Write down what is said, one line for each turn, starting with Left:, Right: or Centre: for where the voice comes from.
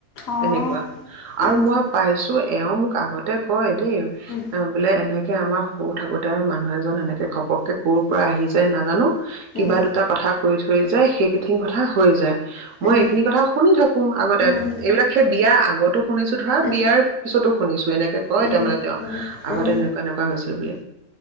Left: অ',
Right: তেনেকুৱা। আৰু
Left: আচ্ছা।
Right: মই পাইছো এওঁ মোক আগতে কয়। দেই অ
Left: উম,
Right: বোলে এনেকে এনেকৈ আমাৰ সৰু থাকোঁতে আৰু মানুহ এজন এনেকৈ ঘপককৈ ক'ৰ পৰা আহি যায় নাজানো।
Left: উম,
Right: কিবা দুটা কথা কৰি থৈ যায় সেইকেইঠিন কথা হৈ যায়।
Left: উম,
Right: মই এইখিনি কথা শুনি থাকো আগতে
Left: উম,
Right: এইবিলাক সেই বিয়া আগতো শুনিছো ধৰা
Left: উম,
Right: বিয়াৰ
Left: উম,
Right: পিছতো। শুনিছোঁ এনেকৈ কয়
Left: উম,
Right: তাৰ মানে তেওঁ
Left: উম,
Right: আগতে
Left: উম।
Right: এনেকুৱা এনেকুৱা হৈছে। ব